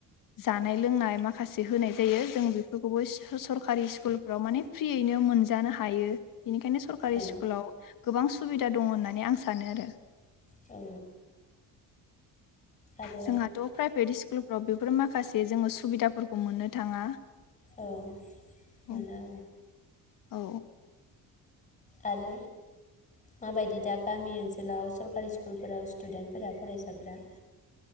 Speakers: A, on the left; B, on the left.
A: जानाय लोंनाय माखासे होनाय जायो जों बेफोरखौबो स सरकारि स्कुलफ्राव माने फ्रियैनो मोनजानो हायो। बेनिखायनो सरकारि
B: औ
A: स्कुलाव गोबां सुबिदा दङ होनन नानै आं सानो आरो।
B: औ आरो
A: जोंहाथ' प्राइभेट स्कुल राव बेफोर माखासे जोङो सुबिदाफोरखौ मोननो थाङा
B: औ
A: औ
B: मोना
A: औ
B: आरो माबायदि दा गामि ओनसोलाव सरकारि स्कुलफोराव स्टुदेन्ट फोरा फरायसाफोरा